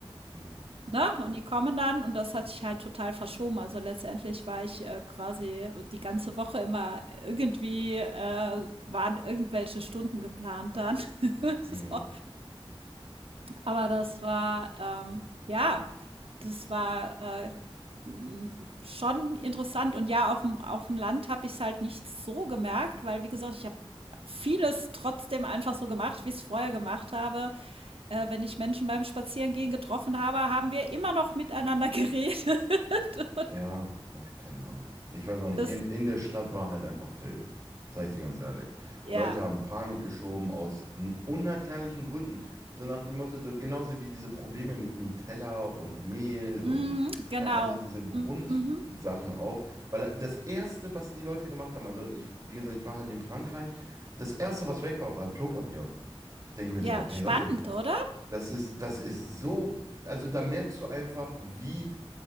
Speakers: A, on the right (about 35°); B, on the right (about 70°).
A: Mhm.
B: ne? Und die kommen dann und das hat sich halt total verschoben. Also letztendlich war ich äh, quasi die ganze Woche immer irgendwie, äh, waren irgendwelche Stunden geplant dann. <laughs> So.
A: Mhm.
B: Aber das war, ähm, ja, das war äh, m- schon interessant. Und ja, auf dem, auf dem Land habe ich es halt nicht so gemerkt, weil, wie gesagt, ich habe vieles trotzdem einfach so gemacht, wie ich es vorher gemacht habe. Äh, wenn ich Menschen beim Spazierengehen getroffen habe, haben wir immer noch miteinander <laughs> geredet. Und
A: ja, ach, keine Ahnung. Ich weiß auch nicht.
B: das,
A: Hier in, in der Stadt war halt einfach Film. Sag ich dir ganz ehrlich.
B: ja,
A: Leute haben Panik geschoben aus n- unerklärlichen Gründen. So nach dem Motto, so genauso wie diese Probleme mit Nutella und Mehl und
B: mm, genau.
A: keine- also diese Grundsachen
B: Mhm.
A: auch. Weil das Erste, was die Leute gemacht haben, also ich, wie gesagt, ich war halt in Frankreich, das Erste, was weg war, war Klopapier. Denke ich mir
B: Ja,
A: so, ey
B: spannend,
A: Leute, ich brauch,
B: oder?
A: das ist, das ist so, also da merkst du einfach, wie